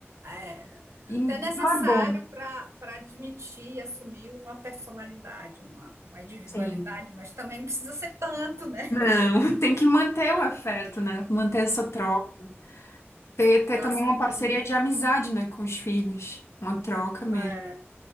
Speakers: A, on the right (about 90°); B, on the left (about 80°).
A: é,
B: E
A: até necessário
B: e não é bom,
A: para para admitir e assumir uma personalidade, uma, uma individualidade,
B: sim.
A: mas também não precisa ser tanto, né?
B: Não, <laughs> tem que manter o afeto, né? Manter essa troca. Ter, ter
A: Relação
B: também uma
A: equilibrada.
B: parceria de amizade, né, com os filhos. Uma troca mesmo.
A: É,